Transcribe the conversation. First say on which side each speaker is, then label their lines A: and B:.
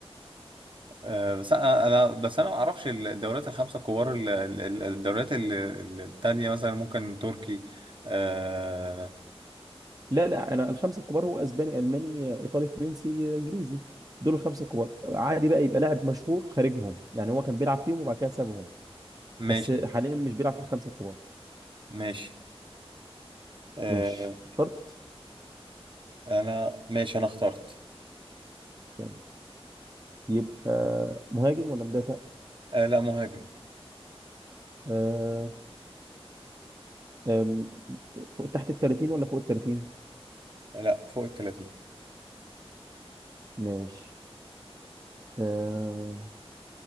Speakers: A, on the right; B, on the right.
A: آه، بس انا أنا- بس انا ما اعرفش الدوريات الخمسه الكبار ال- ال- ال- الدوريات ال- ال- التانية مثلا ممكن تركي آه،
B: لا لا انا الخمسه الكبار هو اسباني الماني ايطالي فرنسي انجليزي دول الخمسه الكبار عادي بقى يبقى لاعب مشهور خارجهم يعني هو كان بيلعب فيهم وبعد كده سابهم بس
A: ماشي
B: حاليا مش بيلعب في الخمسه الكبار
A: ماشي آه،
B: ماشي اخترت
A: انا ماشي انا اخترت
B: تمام. يبقى مهاجم ولا مدافع
A: آه، لا مهاجم
B: آه آم، فوق تحت ال 30 ولا فوق ال 30
A: لا فوق ال 30
B: ماشي آه